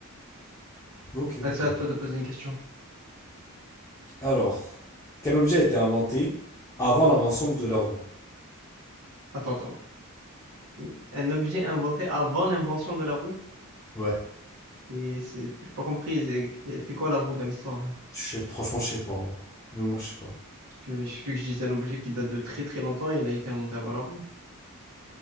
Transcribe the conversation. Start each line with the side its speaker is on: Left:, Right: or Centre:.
Left: Ok, ok.
Right: Ah, c'est à toi de poser une question.
Left: Alors, quel objet a été inventé avant l'invention de la roue?
Right: Attends, attends. Une- Un objet inventé avant l'invention de la roue?
Left: Ouais,
Right: Et c'est, j'ai pas compris, c'est- elle fait quoi la roue dans l'histoire là?
Left: je sais, franchement, je sais pas. hein. Mais moi, je sais pas.
Right: Puis, J'ai vu que je disais un objet qui date de très très longtemps, il a été inventé avant la roue.